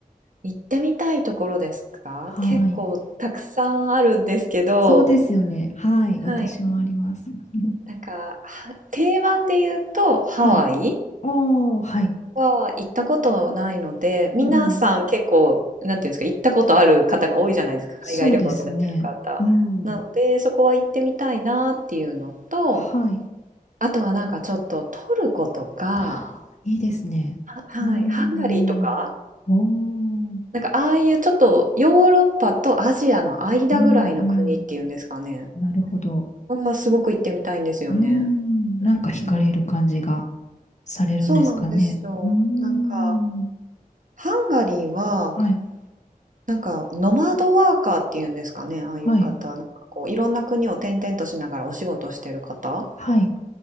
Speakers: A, on the right; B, on the left.
A: 行ってみたいところですか？
B: はい。
A: 結構たくさんあるんですけど、
B: そうですよね。はい。
A: はい。
B: 私もあります。うん
A: なんか、は定番で言うとハワイ
B: <laughs> はい。おー、はい。
A: は行ったことないので、皆さん結構、
B: うん。
A: なんていうんですか、行ったことある方が多いじゃないですか、海外旅行されてる方。
B: そうですね。うん。
A: なので、そこは行ってみたいなっていうのと、
B: はい。
A: あとはなんかちょっとトルコとか、
B: <gasps> はあいいですね。
A: ははい、
B: うーん。
A: ハンガリーとか
B: おー。
A: なんかああいうちょっとヨーロッパとアジアの間ぐらいの国っていうんですかね。
B: うん、うん。なるほど。
A: はすごく行ってみたいんですよね。
B: うーん、なんか惹かれる感じが
A: うん、
B: されるんですかね。
A: そうなんですよ。
B: うーん、
A: なんかハンガリーは
B: はい、
A: なんかノマドワーカーっていうんですかね。ああいう方、
B: はい、
A: なんかこういろんな国を転々としながらお仕事してる方
B: はい。